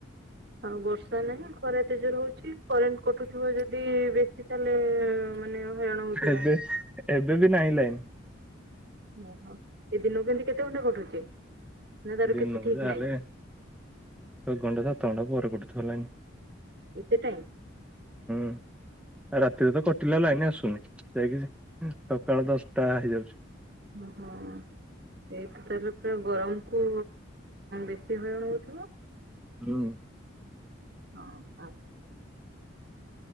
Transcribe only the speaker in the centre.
ଏବେ ଏବେ ବି ନାହିଁ ଲାଇନି।
ଦିନକୁ
ଯାହା
ହେଲେ ଛ ଘଣ୍ଟା ସାତ ଘଣ୍ଟା ପରେ କଟୁଛି। ଲାଣିି।
ଆଉ ରାତିରେ ତ କଟିଲା ଲାଇନି ଆସୁନି ଯାଇକି ସକାଳ ଦଶଟା ହେଇଯାଉଛି।
ହୁଁ